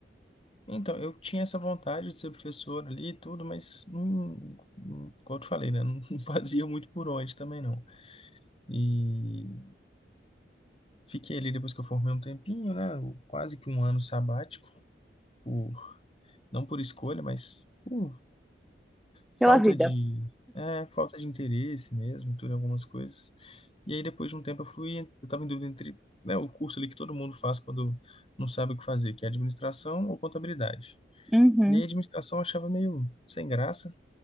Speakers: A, on the left (about 30°); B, in the centre.
A: Então, eu tinha essa vontade de ser professor ali e tudo, mas não, como eu te falei, né? Não <laughs> fazia muito por onde também não. E fiquei ali depois que eu formei um tempinho, né? Quase que um ano sabático, por, não por escolha, mas por falta
B: Pela vida.
A: de, é, falta de interesse mesmo, tudo em algumas coisas. E aí depois de um tempo eu fui, eu estava em dúvida entre, né, o curso ali que todo mundo faz quando não sabe o que fazer, que é administração ou contabilidade.
B: Uhum,
A: E aí a administração eu achava meio sem graça,